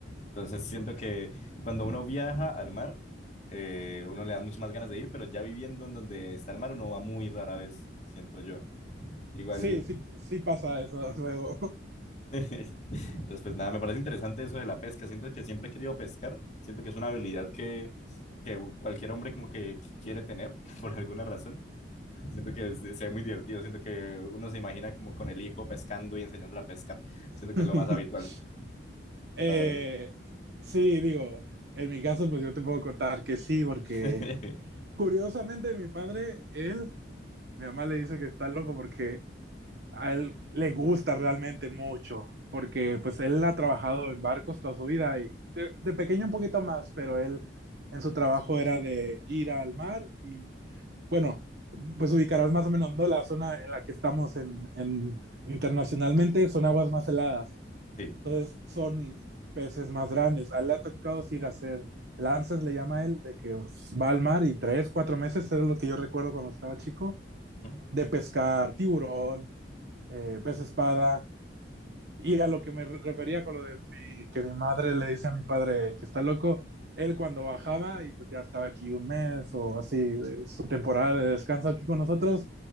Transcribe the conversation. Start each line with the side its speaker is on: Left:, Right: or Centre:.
Left: Entonces siento que cuando uno viaja al mar, eh, uno le da mucho más ganas de ir, pero ya viviendo en donde está el mar, uno va muy rara vez, siento yo. Igual,
Right: Sí, sí, sí pasa eso luego.
Left: <laughs> entonces pues nada, me parece interesante eso de la pesca. Siento que siempre he querido pescar, siento que es una habilidad que, que cualquier hombre como que quiere tener <laughs> por alguna razón. Siento que es- se ve muy divertido, siento que uno se imagina como con el hijo pescando y enseñándole a pescar. Siento
Right: <laughs>
Left: que es lo más habitual, la
Right: Eh,
Left: verdad.
Right: sí, digo, en mi caso, pues yo te puedo contar que sí, porque
Left: <laughs>
Right: curiosamente mi padre, él, mi mamá le dice que está loco porque a él le gusta realmente mucho, porque pues él ha trabajado en barcos toda su vida y de, de pequeño un poquito más, pero él en su trabajo era de ir al mar y bueno, pues ubicarás más o menos, ¿no? La zona en la que estamos en, en internacionalmente son aguas más heladas.
Left: Sí,
Right: Entonces son peces más grandes. A él le ha tocado ir a hacer lances, le llama él, de que va al mar y tres, cuatro meses, era lo que yo recuerdo cuando estaba chico,
Left: Ujú.
Right: de pescar tiburón, eh, pez espada, y a lo que me re- refería con lo de mi- que mi madre le dice a mi padre que está loco, él cuando bajaba y pues ya estaba aquí un mes o así, de su temporada de descanso aquí con nosotros,